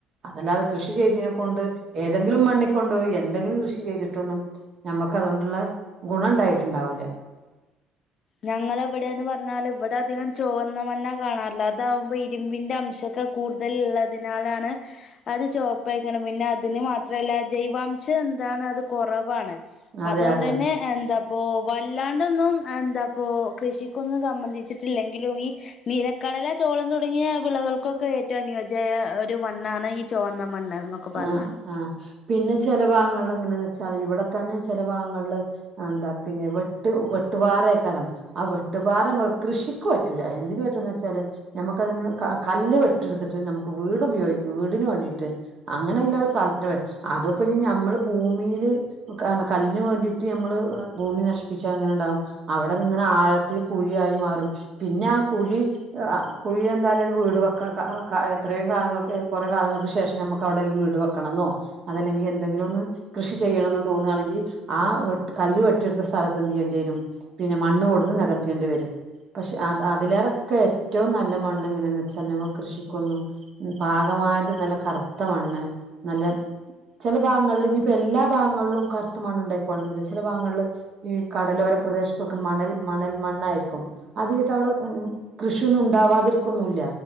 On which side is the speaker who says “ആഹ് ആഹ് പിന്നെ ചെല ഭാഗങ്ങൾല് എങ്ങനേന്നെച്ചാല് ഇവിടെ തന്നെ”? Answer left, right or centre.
Right